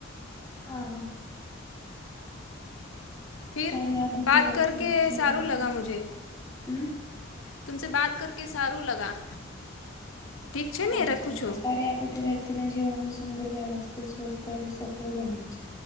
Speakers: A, on the left; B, on the left.
A: હા હા
B: ફિર
A: સારી આદત
B: બાત
A: વ્યક્તિના
B: કર કે
A: જીવનને
B: સારું લગા
A: સં
B: મુજે
A: હમ
B: તુમસે બાત કર કે સારું લગા ઠીક છે ને
A: અચ્છા
B: રખું
A: અચ્છા
B: છું.
A: સારી આદત વ્યક્તિ તેના જીવનમાં સુંદર વ્યવસ્થ સ્વસ્થ અને સફલ બના છે.